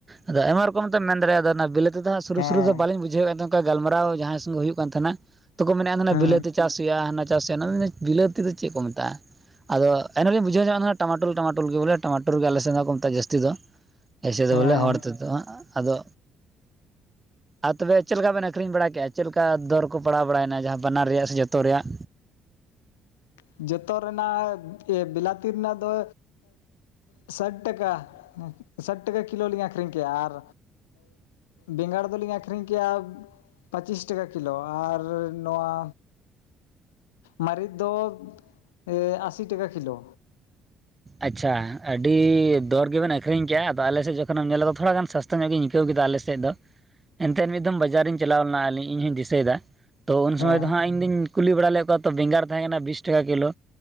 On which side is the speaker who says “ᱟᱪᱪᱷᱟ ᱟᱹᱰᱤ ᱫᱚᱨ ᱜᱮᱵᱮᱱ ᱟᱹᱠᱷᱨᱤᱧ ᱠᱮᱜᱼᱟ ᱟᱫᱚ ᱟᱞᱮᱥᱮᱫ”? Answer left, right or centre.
Right